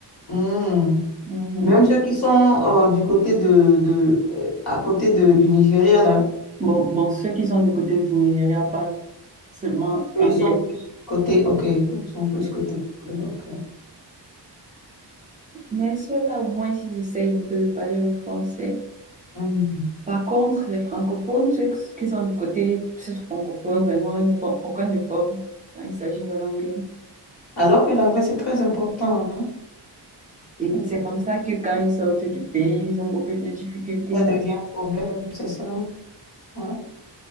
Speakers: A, on the left; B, on the right.
A: Hmm.
B: Mhm.
A: Même ceux qui sont euh, du côté de, de euh, à côté de, du Nigeria, là,
B: Bon, bon, ceux qui sont du côté du Nigeria parlent seulement anglais.
A: eux, ils sont plus côté, ok, ils sont plus
B: Oui.
A: côté, anglais, ok.
B: Mais ceux-là, au moins, ils essayent un peu de parler le français.
A: Hmm. Hmm.
B: Par contre, les francophones, ceux qui sont du côté francophone, vraiment, ils ne font aucun effort quand il s'agit de l'anglais.
A: Alors que l'anglais, c'est très important,
B: Et
A: hein.
B: c'est comme ça que quand ils sortent du pays, ils ont beaucoup de difficultés.
A: Ça devient
B: Parce... que-
A: un problème, c'est ça. Ouais.